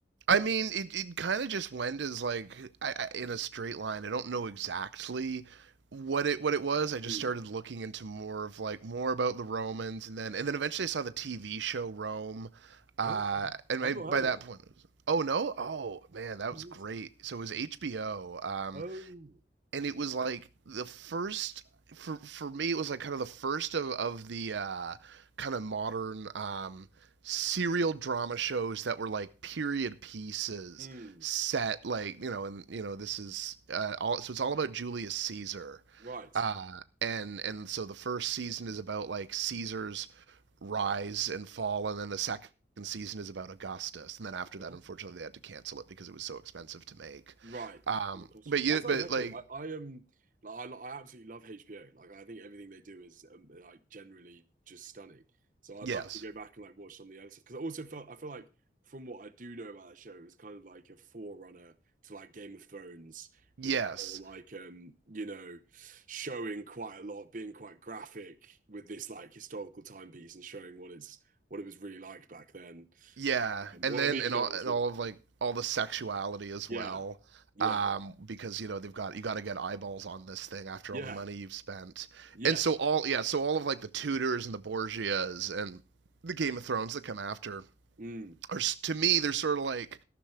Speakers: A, on the right; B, on the right.
A: I mean, it, it kind of just went as like I, I, in a straight line. I don't know exactly what it what it was. I just
B: it?
A: started looking into more of like more about the Romans, and then and then eventually I saw the TV show Rome. Uh,
B: Hmm. Okay.
A: and
B: I've
A: I,
B: not
A: by
B: heard
A: that
B: of that.
A: point, it was, oh no, oh man, that
B: I
A: was
B: don't think
A: great.
B: so.
A: So it was HBO. Um,
B: Oh.
A: and it was like the first for for me it was like kind of the first of of the uh, kind of modern um, serial drama shows that were like period pieces
B: Hmm.
A: set like you know and you know this is uh, all so it's all about Julius Caesar
B: Right.
A: uh, and and so the first season is about like Caesar's rise and fall and then the second season is about Augustus, and then after
B: Yeah.
A: that, unfortunately, they had to cancel it because it was so expensive to make.
B: Right.
A: Um,
B: the costumes.
A: but you,
B: That sounds
A: but
B: epic.
A: like,
B: I, I um like I, I absolutely love HBO. Like I think everything they do is um, like generally just stunning. So I'd
A: yes,
B: love to go back and like watch some of the other stuff because I also felt I feel like from what I do know about that show, it was kind of like a forerunner to like Game of Thrones
A: Yes.
B: with the whole like um you know showing quite a lot, being quite graphic with this like historical timepiece and showing what it's what it was really like back then.
A: Yeah.
B: Um,
A: And
B: well,
A: then
B: maybe
A: and
B: not
A: all
B: what it
A: and
B: was really.
A: all of like all the sexuality as
B: Yeah,
A: well.
B: yeah,
A: Um, because you know they've got you got to get eyeballs on this thing after
B: yeah,
A: all the money you've spent,
B: yeah.
A: and so all yeah, so all of like the Tudors and the Borgias and the Game of Thrones that come after
B: Mm,
A: are to me they're sort of like